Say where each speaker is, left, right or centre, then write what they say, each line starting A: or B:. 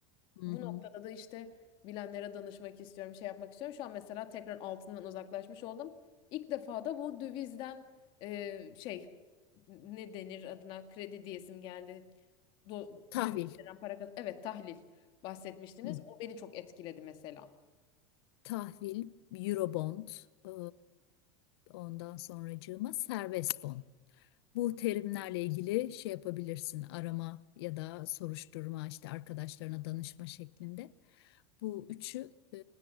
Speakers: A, on the left (about 65°); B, on the left (about 35°).
A: Hı
B: Bu
A: hı.
B: noktada da işte bilenlere danışmak istiyorum, şey yapmak istiyorum. Şu an mesela tekrar altından uzaklaşmış oldum. İlk defa da bu dövizden e, şey ne denir adına kredi diyesim geldi. Do
A: Tahvil.
B: döviz veren para kaz- Evet tahlil bahsetmiştiniz.
A: Hı.
B: O beni çok etkiledi mesela.
A: Tahvil, Eurobond, e, ondan sonracığıma serbest fon. Bu terimlerle ilgili şey yapabilirsin, arama ya da soruşturma işte arkadaşlarına danışma şeklinde. Bu üçü e,